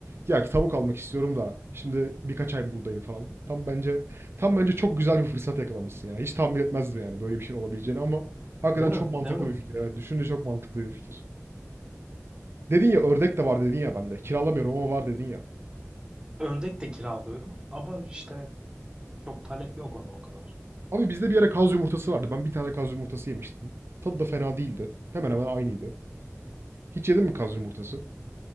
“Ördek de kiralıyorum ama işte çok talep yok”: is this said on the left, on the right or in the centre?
Right